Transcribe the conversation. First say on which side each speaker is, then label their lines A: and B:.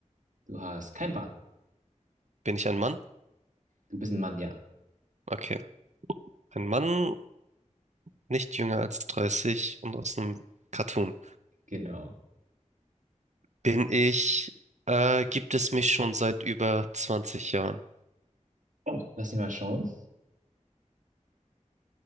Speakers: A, on the right; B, on the right.
A: Du hast kein Bart.
B: Bin ich ein Mann?
A: Du bist ein Mann, ja.
B: Okay. Ein Mann nicht jünger als 30 und aus einem Cartoon.
A: Genau.
B: Bin ich, äh, gibt es mich schon seit über 20 Jahren.
A: Oh. Lass mich mal schauen.